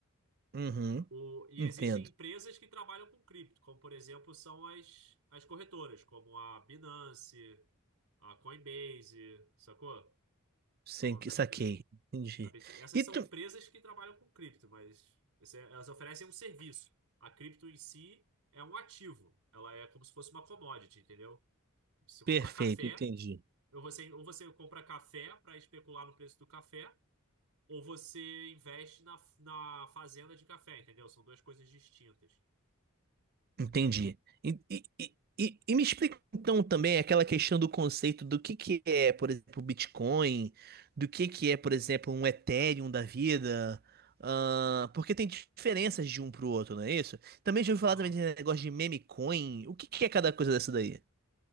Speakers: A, on the right; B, on the right.
A: Uhum,
B: O, e
A: entendo.
B: existem empresas que trabalham com cripto, como por exemplo são as, as corretoras, como a Binance, a Coinbase, sacou?
A: Sem
B: São
A: que
B: das
A: saquei.
B: grandes.
A: Entendi.
B: a BTC. Essas
A: E
B: são
A: tu...
B: empresas que trabalham com cripto, mas esse- é, elas oferecem um serviço. A cripto em si é um ativo, ela é como se fosse uma commodity, entendeu? Se você comprar
A: Perfeito,
B: café,
A: entendi.
B: ou você, ou você compra café para especular no preço do café, ou você investe na, na fazenda de café, entendeu? São duas coisas distintas.
A: Entendi. E, e- e- e- e me explica então também aquela questão do conceito do que que é, por exemplo, o Bitcoin, do que que é, por exemplo, um Ethereum da vida, ah, porque tem diferenças de um pro outro, não é isso? Também já ouvi
B: Aham.
A: falar também de negócio de meme coin. O que que é cada coisa dessa daí?